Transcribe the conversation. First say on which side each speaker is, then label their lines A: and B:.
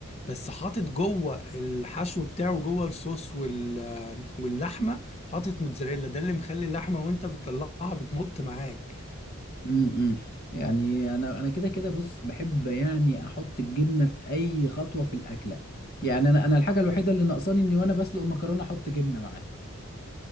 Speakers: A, on the left; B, on the left.
A: بس حاطط جوه الحشو بتاعه جوه الصوص وال آه، واللحمه حاطط موتزاريلا ده اللي مخلي اللحمه وانت بتطلعها بتمط معاك
B: امم يعني انا انا كده كده بص بحب يعني احط الجبنه في اي خطوه في الاكله يعني انا انا الحاجه الوحيده اللي ناقصاني اني وانا بسلق المكرونه احط جبنه معاها